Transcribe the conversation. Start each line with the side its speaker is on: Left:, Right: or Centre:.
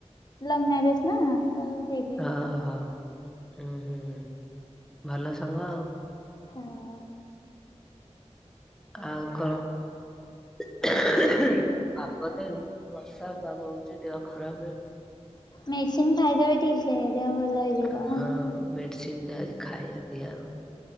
Left: ଲ ମ୍ୟାରେଜ ନା ତ ସେଇ
Centre: ହଁ ହଁ ହଁ ହୁଁ ଭଲ ସାଙ୍ଗ ଆଉ।
Left: ହଁ ଅଁ
Centre: ଆଉ କ? ପାଗ ତ ଏ ବର୍ଷା ପାଗ ହଉଛି, ଦେହ ଖରାପ
Left: ମେଡ଼ିସିନ୍ ଖାଇଦେଲେ ଠିକ ସେ ଦେହ ଭଲ ହେଇଯିବ
Centre: ହଁ ଅଁ ମେଡ଼ିସିନଟା ଆଜି ଖାଇବା ଦିଆ ଯିବ।